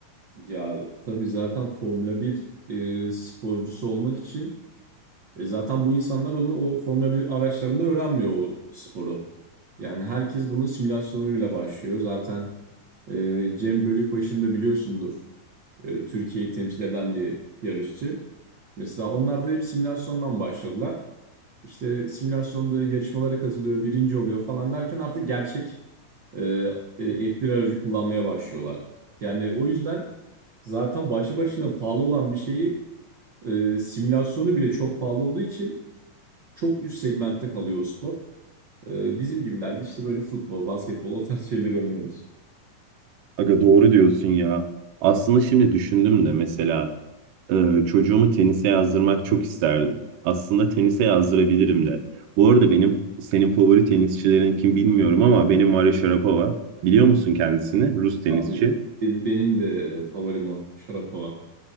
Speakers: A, on the right; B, on the right.
A: Ya tabii zaten Formula bir e, sporcusu olmak için e, zaten bu insanlar onu o Formula bir araçlarında öğrenmiyor o sporu. Yani herkes bunun simülasyonuyla başlıyor. Zaten e, Cem Bölükbaşı'nı da biliyorsundur. e, Türkiye'yi temsil eden bir yarışçı. Mesela onlar da hep simülasyondan başladılar. İşte simülasyonda yarışmalara katılıyor, birinci oluyor falan derken artık gerçek e, e, F1 aracı kullanmaya başlıyorlar. Yani o yüzden zaten başlı başına pahalı olan bir şeyi e, simülasyonu bile çok pahalı olduğu için çok üst segmentte kalıyor o spor. E, bizim gibilerde işte böyle futbol, basketbol o tarz şeyleri oynuyoruz.
B: Aga doğru diyorsun ya. Aslında şimdi düşündüm de mesela. e, çocuğumu tenise yazdırmak çok isterdim. Aslında tenise yazdırabilirim de. Bu arada benim senin favori tenisçilerin kim bilmiyorum ama benim Maria Sharapova. Biliyor musun kendisini? Rus tenisçi.
A: Abi benim, benim de favorim o. Şarapova.